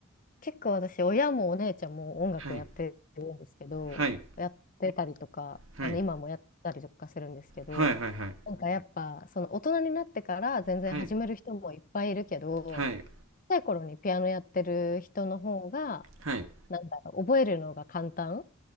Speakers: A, on the left; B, on the right.
A: 結構私、親もお姉ちゃんも音楽やってるんですけど、
B: はいはい
A: やってたりとか、
B: はい
A: あの、今もやったりとかするんですけど、
B: はいはいはい
A: なんかやっぱ、その大人になってから全然始める人もいっぱいいるけど、
B: はいはい
A: 小さい頃にピアノやってる人の方が、
B: はい
A: なんだろう、覚えるのが簡単